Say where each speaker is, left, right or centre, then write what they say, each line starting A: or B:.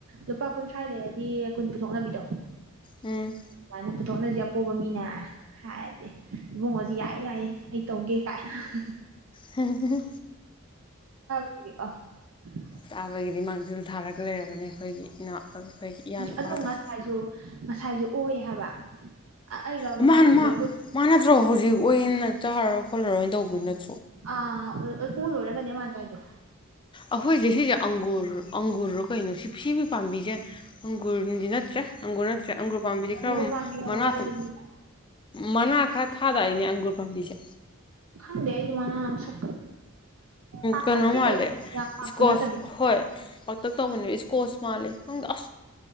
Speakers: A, on the right; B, on the left.
A: ꯂꯨꯄꯥ ꯀꯨꯟꯊ꯭ꯔꯥꯏ ꯂꯩꯔꯗꯤ ꯀꯨꯟ ꯄꯨꯊꯣꯛꯅꯕꯤꯗꯣ
B: ꯎꯝ
A: ꯑꯩꯅ ꯄꯨꯊꯣꯛꯅꯁꯤ ꯑꯄꯣꯕ ꯃꯤꯅꯦ ꯍꯥꯏꯔꯗꯤ ꯏꯕꯨꯡꯉꯣꯁꯤ ꯌꯥꯏ ꯌꯥꯏ ꯑꯩ ꯇꯧꯒꯦ ꯀꯥꯏꯅ ꯍꯥ ꯍꯥ
B: ꯍꯦꯍꯦ ꯍꯦ ꯍꯦ
A: <unintelligible>
B: ꯇꯥꯕꯒꯤꯗꯤ ꯃꯥꯡꯖꯤꯜ ꯊꯥꯔꯒ ꯂꯩꯔꯕꯅꯦ ꯑꯩꯈꯣꯏꯒꯤ ꯏꯅꯥꯎ ꯑꯩꯈꯣꯏꯒꯤ ꯏꯌꯥꯅꯨꯄꯥꯗꯣ
A: ꯑꯗꯣ ꯉꯁꯥꯏꯁꯨ ꯉꯁꯥꯏꯁꯨ ꯑꯣꯏ ꯍꯥꯏꯕ ꯑꯩꯒ
B: ꯑꯣꯃꯥ
A: ꯐꯃꯨꯡꯗ
B: ꯃꯥ
A: ꯕꯨꯠ
B: ꯃꯥ ꯅꯠꯇ꯭ꯔꯣ ꯍꯧꯖꯤꯛ ꯑꯣꯏꯅ ꯆꯥꯔꯔꯣꯏ ꯈꯣꯠꯂꯔꯣꯏꯅ ꯇꯧꯒꯤ ꯅꯠ
A: ꯑꯥ ꯑ ꯑꯣ ꯂꯣꯏꯔꯒꯅꯦ ꯃꯥ ꯆꯥꯏꯗꯦ
B: ꯑꯩꯈꯣꯏꯁꯦ ꯁꯤꯁꯦ ꯑꯪꯒꯨꯔ ꯑꯪꯒꯨꯔꯔꯣ ꯀꯩꯅꯣ ꯁꯤꯒꯤ ꯄꯥꯝꯕꯤꯁꯦ ꯑꯪꯒꯨꯔꯗꯤ ꯅꯠꯇ ꯅꯠꯇ꯭ꯔꯦ ꯑꯪꯒꯨꯔ ꯅꯠꯇ꯭ꯔꯦ ꯑꯪꯒ꯭ꯨꯔ ꯄꯥꯝꯕꯤꯗꯤ ꯈꯔ
A: ꯈꯣꯡꯒꯨꯜ ꯄꯥꯝꯕꯤ ꯍꯧꯕ꯭ꯔꯥ
B: ꯃꯅꯥꯇꯝ
A: ꯍꯥꯏꯁꯦ ꯅꯣꯏꯗ
B: ꯃꯅꯥ ꯈꯔ ꯊꯥꯗꯥꯏꯅꯦ ꯑꯪꯒꯨꯔ ꯄꯥꯝꯕꯤꯁꯦ
A: ꯈꯪꯗꯦ ꯑꯩꯗꯤ ꯃꯅꯥ ꯃꯁꯛꯀ ꯄꯥꯛꯇꯛꯇꯤ
B: ꯀꯩꯅꯣ ꯃꯥꯂꯦ
A: ꯇꯧꯕ ꯌꯥꯝ ꯄꯥꯛꯄ
B: ꯏꯁꯀꯣꯁ
A: ꯅꯠꯇꯕꯤꯗ
B: ꯍꯣ ꯄꯇꯛ ꯇꯧꯕꯅꯦ ꯏ꯭ꯁꯀꯣꯁ ꯃꯥꯜꯂꯦ ꯈꯪꯗꯦ ꯑꯁ